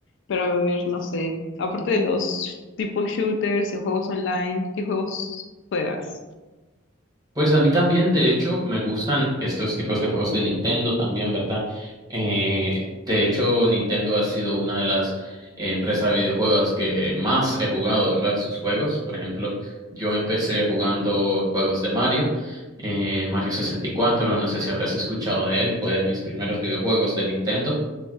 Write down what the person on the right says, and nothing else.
Pues a mí también, de hecho, me gustan estos tipos de juegos de Nintendo también, ¿verdad? Eh, de hecho, Nintendo ha sido una de las eh, empresas de videojuegos que más he jugado, ¿verdad? Sus juegos. Por ejemplo, yo empecé jugando juegos de Mario, eh, Mario 64, no sé si habrás escuchado de él, fue de mis primeros videojuegos de Nintendo.